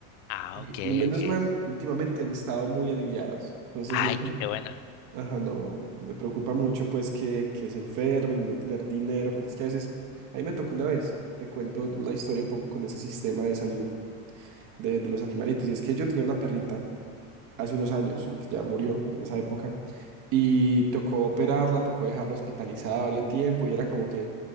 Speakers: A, on the left; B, on the right.
A: Ah,
B: Y,
A: ok,
B: y menos
A: ok.
B: mal, últimamente han estado muy aliviados. Entonces
A: Ay,
B: no,
A: qué bueno.
B: ajá, no, me preocupa mucho pues que, que se enfermen, y no tener dinero, porque es que a veces, ahí me tocó una vez, te cuento una historia un poco con ese sistema de salud de, de los animalitos, y es que yo tenía una perrita hace unos años, que ya murió en esa época, y tocó operarla, tocó dejarla hospitalizada varios tiempo y era como que,